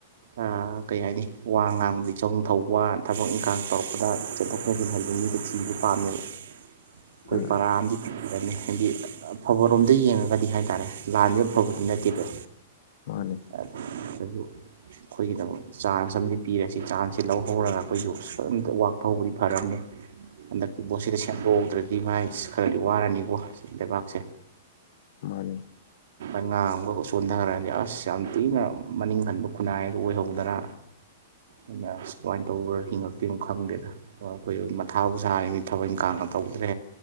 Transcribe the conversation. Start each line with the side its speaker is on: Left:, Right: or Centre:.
Right: ꯑꯥ ꯀꯩ ꯍꯥꯏꯅꯤ ꯋꯥ ꯉꯥꯡꯕꯗꯤ ꯏꯆꯧ ꯊꯧꯕ ꯊꯕꯛ ꯏꯪꯈꯥꯡ ꯇꯧꯔꯛꯄꯗ ꯆꯠꯊꯣꯛ ꯆꯠꯁꯤꯟ ꯍꯥꯏꯕ ꯃꯤꯗꯣ ꯊꯤꯕ ꯄꯥꯝꯃꯦꯕ ꯑꯩꯈꯣꯏ
Left: ꯎꯝ
Right: ꯄꯔꯥ ꯑꯃꯗꯤ ꯊꯤꯈꯤꯔꯝꯅꯤ ꯍꯥꯏꯗꯤ ꯑꯐꯕꯔꯣꯝꯗ ꯌꯦꯡꯉꯒꯗꯤ ꯍꯥꯏꯇꯥꯔꯦ ꯂꯥꯟꯁꯤ ꯑꯕꯗꯤ ꯅꯠꯇꯦꯕ
Left: ꯃꯥꯅꯤ
Right: ꯀ <unintelligible> ꯑꯩꯈꯣꯏꯒꯤꯗꯃꯛ ꯆꯥꯟꯁ ꯑꯃꯗꯤ ꯄꯤꯔꯦ ꯁꯤ ꯆꯥꯟꯁꯁꯦ ꯂꯧꯍꯧꯔꯒ ꯑꯩꯈꯣꯏꯁꯨ ꯁꯝꯇ ꯋꯥꯛ ꯊꯧꯕꯗꯤ ꯐꯔꯝꯅꯤ
Left: <inaudible>
Right: ꯍꯟꯗꯛꯀꯤ ꯄꯣꯠꯁꯤꯗ ꯁꯦꯝꯗꯣꯛ ꯍꯧꯗ꯭ꯔꯗꯤ ꯚꯥꯏ ꯈꯔꯗꯤ ꯋꯥꯔꯅꯤꯕꯣ ꯂꯩꯕꯥꯛꯁꯦ
Left: ꯃꯥꯅꯤ
Right: ꯑꯉꯥꯡ ꯑꯃꯒ ꯁꯣꯟꯊꯈ꯭ꯔꯛꯅꯤ ꯑꯁ ꯌꯥꯝ ꯊꯤꯅ ꯃꯅꯤꯡ ꯍꯟꯕ ꯈꯨꯟꯅꯥꯏ ꯑꯗꯨ ꯑꯣꯏꯍꯧꯗꯅ ꯑꯩꯅ ꯁꯨꯃꯥꯏꯅ ꯇꯧꯕ ꯍꯤꯡꯉꯛꯇꯦꯅ ꯈꯪꯗꯦꯗ ꯑꯩꯈꯣꯏ ꯃꯊꯥꯕꯨ ꯁꯥꯔꯤꯅꯤ ꯊꯕꯛ ꯏꯡꯈꯥꯡꯅ ꯇꯧꯗ꯭ꯔꯦ